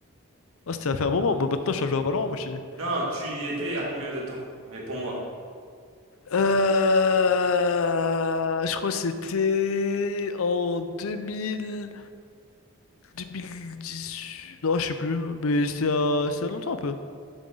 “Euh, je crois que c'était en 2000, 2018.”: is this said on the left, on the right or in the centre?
Left